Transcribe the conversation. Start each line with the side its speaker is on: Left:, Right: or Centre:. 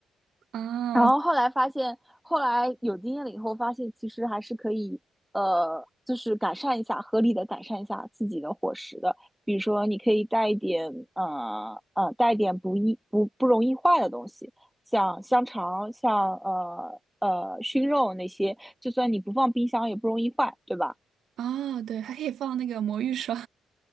Right: <laughs> 啊
Centre: 然后后来发现，后来有经验了以后，发现其实还是可以，呃，就是改善一下，合理的改善一下自己的伙食的。比如说，你可以带一点，呃呃，带一点不易不不容易坏的东西，像香肠，像呃呃熏肉那些，就算你不放冰箱也不容易坏，对吧？
Right: 啊！对，还可以放那个魔芋爽